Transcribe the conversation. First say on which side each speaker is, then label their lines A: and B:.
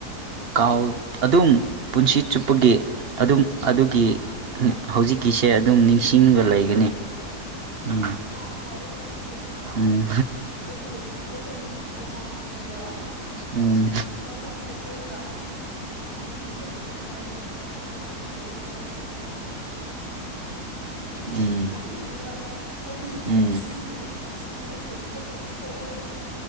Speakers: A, on the right; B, on the right.
A: ꯀꯥꯎ ꯑꯗꯨꯝ ꯄꯨꯟꯁꯤ ꯆꯨꯞꯄꯒꯤ ꯑꯗꯨꯝ ꯑꯗꯨꯒꯤ ꯍꯧꯖꯤꯛꯀꯤꯁꯦ ꯑꯗꯨꯝ ꯅꯤꯡ ꯁꯤꯡꯒ ꯂꯩꯒꯅꯤ
B: ꯍꯣꯏ ꯍꯣꯏꯗ
A: ꯎꯝ
B: ꯁꯨꯡꯀꯥꯎ ꯀꯥꯎꯔꯣꯏꯗ ꯁꯤꯗꯤ
A: ꯎꯝ
B: ꯍꯥꯏꯗꯤ ꯑꯩꯈꯣꯏꯁꯨ ꯑꯗꯨꯝ ꯄꯩꯁꯥ ꯐꯪꯉꯦꯀꯣ
A: ꯎꯝ
B: ꯀꯥꯎꯐꯝ ꯊꯣꯛꯇ꯭ꯔꯦꯕ ꯃꯤꯁꯨ ꯌꯥꯝ ꯁ°ꯡꯅ ꯍꯥꯏꯗꯤ ꯌꯥꯝ ꯈꯪꯅ ꯑꯃ ꯂꯩꯌꯦꯅ ꯍꯥꯏꯗꯤ ꯁꯤꯗ ꯑꯗꯨꯝ ꯁꯨꯝ
A: ꯎꯝ
B: ꯁꯨꯡꯎ ꯎꯗ꯭ꯔꯤꯕ ꯍꯥꯏꯗꯤ
A: ꯎꯝ
B: ꯄꯨꯟꯁꯤꯗꯒꯤ
A: ꯎꯝ
B: ꯑꯁꯤꯒꯨꯝꯕ ꯃꯩ ꯄꯣꯊꯣꯛ ꯑꯣ ꯄꯣꯛꯑꯦ ꯍꯥꯏꯅ